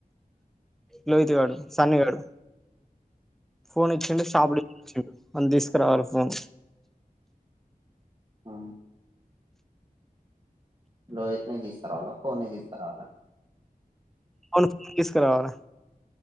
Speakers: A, in the centre; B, on the right.
A: లోహిత్ గాడు సన్నీ గాడు ఫోన్ ఇచ్చడు సాపడి చెప్పు అని తీసుకురావాలి ఫోన్
B: ఆ లోహిత్ ని తీసుకురవాలా ఫోన్ ని తీసుకురవాలా
A: అవును తీసుకురావలే